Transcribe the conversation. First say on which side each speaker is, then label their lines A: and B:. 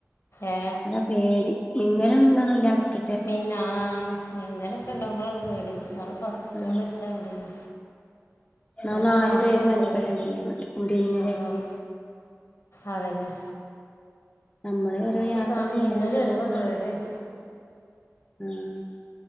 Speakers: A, on the left (about 55°); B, on the left (about 25°).
A: ഏ
B: അതൊ പേടി മിന്നലും തൊന്നുല്ലാതെക്ക
A: മിന്ന ആഹ് മിന്നലൊക്കെ ഇണ്ടഉമ്പളാണ് പേടി ഇന്നാള്പ്പോ ആ കുട്ട്യാള്
B: ആഹ്
A: മരിച്ചണ്ടില്ലേ.
B: എന്നാ
A: ന്ന്
B: നാല്
A: കാണുമ്പോ
B: പേര് മരണപ്പെട്ടിട്ടില്ലേ
A: പേട്യ
B: ഇടിമിന്നലേറ്റ്
A: ആഹ് അതന്നെ.
B: നമ്മള് യോരോ
A: അത്
B: യാത്ര
A: കാണും
B: ചെയ്യാൻ
A: മിന്നൽ
B: റ്റൂറ്
A: വരുമ്പോൾ പേടിയാണ്
B: ആഹ്